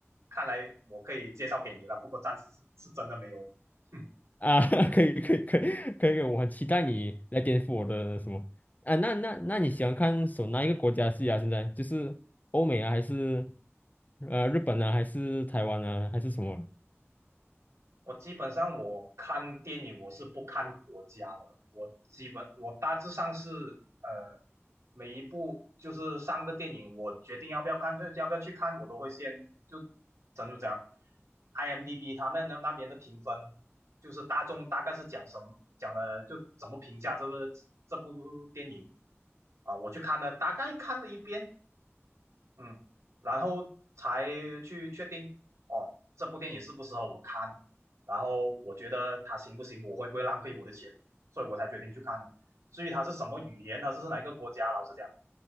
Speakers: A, on the right (about 85°); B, on the left (about 35°).
A: 看来我可以介绍给你了。不过暂时是是真的没有。哼
B: 啊，<laughs> 可以可以可以可以，我很期待你来颠覆我的什么啊？那那那你喜欢看什哪一个国家的戏啊？现在就是欧美啊，还是呃日本啊，还是台湾啊，还是什么？
A: 我基本上我看电影我是不看国家的，我基本我大致上是呃每一部就是上的电影，我决定要不要看，就要不要去看，我都会先就就这样 i m d b 他们那那边的评分，就是大众大概是讲什么讲的，就怎么评价这个这部电影啊，我去看了，大概看了一遍，嗯，然后才去确定哦，这部电影适不适合我看，然后我觉得它行不行，我会不会浪费我的钱，所以我才决定去看的。至于它是什么语言，它是哪一个国家，老实讲，